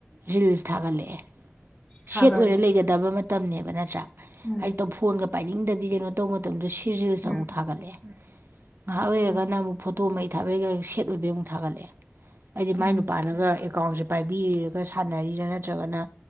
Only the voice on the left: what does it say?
ꯊꯥꯒꯠꯂꯦ
ꯎꯝ
ꯎꯝ
ꯎꯝ
ꯎꯝ